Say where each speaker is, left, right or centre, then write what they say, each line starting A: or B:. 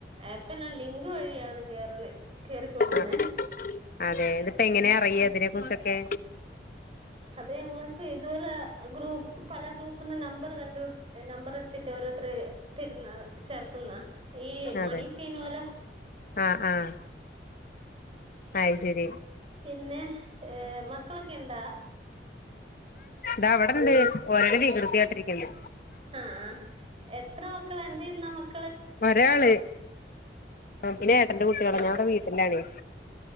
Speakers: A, on the right; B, on the left.
A: ഏപ്പ്ല് ലിങ്ക് വഴിയാണ് കേറല് കേറി തോന്നുന്നേ
B: ആഹ് അതെ ഇതിപ്പങ്ങനെ അറിയാ ഇതിനെ കുറിച്ചൊക്കെ
A: അത് ഞങ്ങൾക്ക് ഇതുപോലെ ഗ്രൂ പല ഗ്രൂപ്പ്ന്നും നമ്പറ് കണ്ടു നമ്പറ് ഇടുത്തിട്ട് ഓരോരുത്തര് ത്തിരുന്ന ചേർക്കുന്ന ഈ മണി
B: അതെ
A: ചെയ്ന് പോലെ
B: ആഹ് ആഹ് അയ് ശെരി.
A: പിന്നെ ഏഹ് മക്കളൊക്കെ എന്താ
B: ഇതാ ഇവടെണ്ട് ഒരോരോ വികൃതിയാട്ടിര്ക്ക്ണ്ട്
A: ആഹ് എത്ര മക്കളാ എന്തെയ്യുന്നാ മക്ക
B: ഒരാള്, പിന്നെ ഏട്ടന്റെ കുട്ടിയേള
A: ആഹ്
B: ഞനിവടെ വീ ട്ട്ലാണ്,